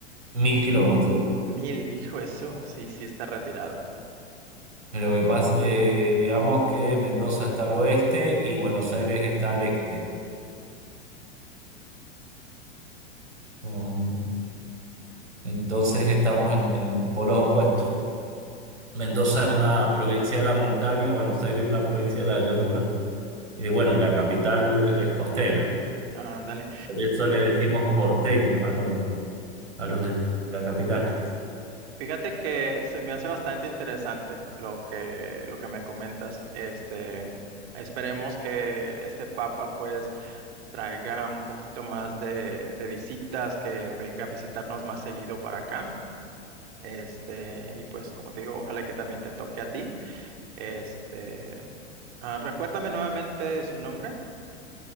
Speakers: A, on the right; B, on the right.
A: Mil kilómetros.
B: Mil, hijo de su, sí, sí está retirado.
A: Lo que pasa, eh, digamos que Mendoza está al oeste y Buenos Aires está al este. Um, entonces estamos en, en polos opuestos. Mendoza es una provincia de la montaña, Buenos Aires es una provincia de la llanura. Y bueno, y la capital es costera.
B: Ándale.
A: Por eso le decimos porteños a, los a los de la capital.
B: Fíjate que se me hace bastante interesante lo que, lo que me comentas. Este, esperemos que este papa pues traiga un poquito más de, de visitas, que venga a visitarnos más seguido para acá. Este, y pues como te digo, ojalá que también te toque a ti. Este, Ah, recuérdame nuevamente su nombre,